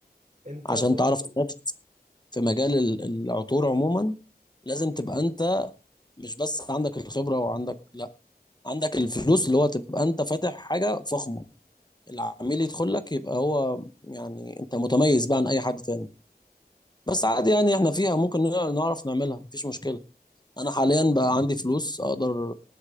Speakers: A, on the right; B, on the left.
A: انت
B: عشان
A: برضو
B: تعرف تنافس في مجال ال- العطور عموما لازم
A: مم.
B: تبقى انت مش بس عندك الخبرة وعندك لا عندك الفلوس اللي هو تبقى انت فاتح حاجة فخمة العميل يدخل لك يبقى هو يعني انت متميز بقى عن اي حد تاني بس عادي يعني احنا فيها ممكن نع- نعرف نعملها مفيش مشكلة انا حاليا بقى عندي فلوس اقدر